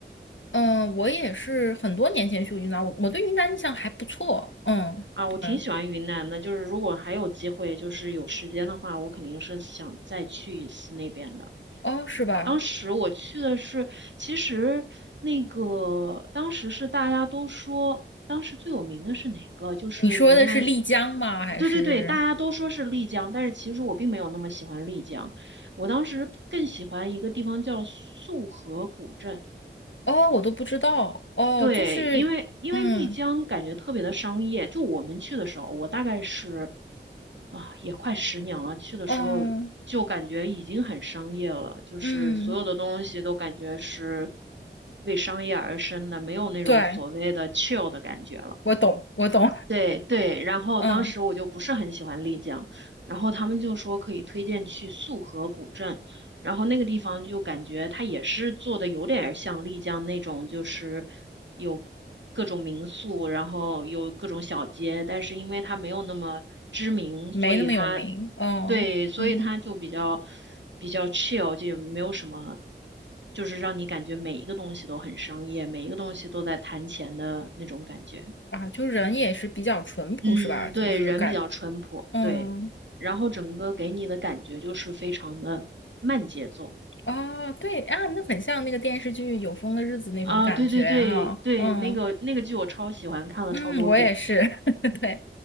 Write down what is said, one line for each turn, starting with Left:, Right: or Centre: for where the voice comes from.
Left: 嗯，我也是很多年前去过云南，我我对云南印象还不错。嗯，
Right: 啊，
Left: 对，
Right: 我挺喜欢云南的，就是如果还有机会，就是有时间的话，我肯定是想再去一次那边的。
Left: 哦，是吧？
Right: 当时我去的是，其实那个当时是大家都说，当时最有名的是哪个？就是云南，
Left: 你说的是丽江吗？还是
Right: 对对对，大家都说是丽江，但是其实我并没有那么喜欢丽江，我当时更喜欢一个地方叫束河古镇。
Left: 哦，我都不知道。哦，
Right: 对，
Left: 就是，
Right: 因为因为丽江感觉特别的商业，
Left: 嗯，
Right: 就我们去的时候，我大概是啊，也快十年了，去的时候就感觉已经很商业了，
Left: 嗯，
Right: 就是所有的东西都感觉是
Left: 嗯，
Right: 为商业而生的，没有那种所谓的
Left: 对，
Right: chill 的感觉了。
Left: 我懂，我懂。
Right: 对对，然后当时我就不是很喜欢丽江，
Left: 嗯，
Right: 然后他们就说可以推荐去束河古镇，然后那个地方就感觉它也是做的有点儿像丽江那种，就是有各种民宿，然后有各种小街，但是因为它没有那么知名，
Left: 没那么有名。
Right: 所以它
Left: 哦，
Right: 对，所以它就比较
Left: 嗯，
Right: 比较 chill，就也没有什么，就是让你感觉每一个东西都很商业，每一个东西都在谈钱的那种感觉。
Left: 啊，就人也是比较淳朴，
Right: 嗯，
Left: 是吧？就是感，
Right: 对，人比较淳朴，
Left: 嗯。
Right: 对，然后整个给你的感觉就是非常的慢节奏
Left: 哦，对啊，那很像那个电视剧《有风的日子》那种感觉哈、
Right: 啊，对对对对，
Left: 嗯
Right: 那个那个剧我超喜欢，看了超多遍，
Left: 嗯，我也是，<laughs> 对，